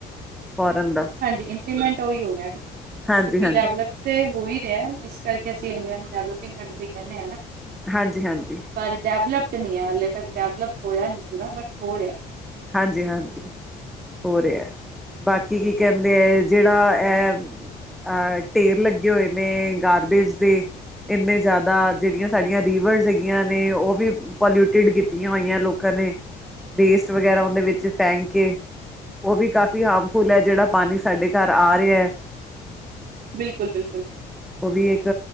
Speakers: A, in the centre; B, on the right.
A: ਫੋਰਨ ਦਾ
B: ਹਾਂਜੀ ਇੰਪਲੀਮੈਂਟ ਉਹੀ ਹੋ ਗਿਆਹਾ, ਕਿਉਂਕਿ
A: ਹਾਂਜੀ-ਹਾਂਜੀ,
B: ਡੈਵਲਪ ਤੇ ਹੋ ਹੀ ਰਿਹਾ ਇਸ ਕਰਕੇ ਅਸੀਂ, ਅਗਲਾ ਡਵਲਪਿੰਗ ਕੰਟਰੀ ਕਹਿੰਦੇ ਹਾਨਾ।
A: ਹਾਂਜੀ, ਹਾਂਜੀ।
B: ਪਰ ਡੈਵਲਪਡ ਨਹੀਂ ਹੈ ਹਾਲਲੇ ਤੱਕ, ਡੈਵਲਪ ਹੋਇਆ ਨੀ ਸੀਗਾ ਬਟ ਹੋ ਰਿਹਾ।
A: ਹਾਂਜੀ ਹਾਂਜੀ। ਹੋ ਰਿਹਾ ਬਾਕੀ ਕੀ ਕਹਿੰਦੇ ਹੈ ਜਿਹੜਾ ਇਹ ਅਹ ਢੇਰ ਲੱਗੇ ਹੋਏ ਨੇ ਗਾਰਬੇਜ ਦੇ ਇੰਨੇ ਜ਼ਿਆਦਾ ਜਿਹੜੀਆਂ ਸਾਡੀਆਂ ਰੀਵਰਸ ਹੈਗੀਆਂ ਨੇ ਉਹ ਵੀ ਪੋਲਿਊਟਿਡ ਕੀਤੀਆਂ ਹੋਈਆਂ ਲੋਕਾਂ ਨੇ ਵੇਸਟ ਵਗੈਰਾ ਉਹਦੇ ਵਿੱਚ ਫੈਂਕ ਕੇ ਉਹ ਵੀ ਕਾਫੀ ਹਾਰਮਫੁੱਲ ਹੈ ਜਿਹੜਾ ਪਾਣੀ ਸਾਡੇ ਘਰ ਆ ਰਿਹਾ।
B: ਬਿਲਕੁਲ ਬਿਲਕੁਲ।
A: ਉਹ ਵੀ ਇੱਕ